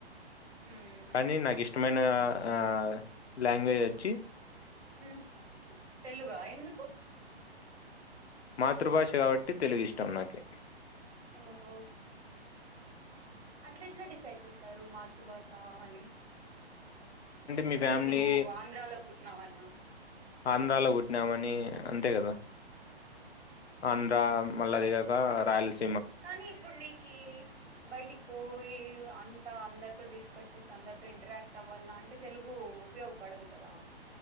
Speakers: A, on the right (about 80°); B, on the left (about 80°).
A: మ్మ్
B: కానీ నాకిష్టమైన ఆ లాంగ్వేజ్ వొచ్చి
A: హు తెలుగా ఎందుకు
B: మాతృభాష కాబట్టి తెలుగిష్టం నాకి
A: ఓహో అట్లెట్ల డిసైడ్ చేస్తారు మాతృభాష అని
B: మీ
A: అంటే
B: ఫ్యామిలీ
A: నువ్వు ఆంధ్రాలో పుట్టినావ అనా
B: ఆంధ్రాలో పుట్టినామని అంతే కదా అ మళ్ళీ అది కాక రాయల్స
A: కానీ ఇప్పుడు నీకి బయటికి పోయి అంత అందరితో డిస్కస్ చేసి అందరితో ఇంటరాక్ట్ అవ్వాల అంటే తెలుగు ఉపయోగపడదు కదా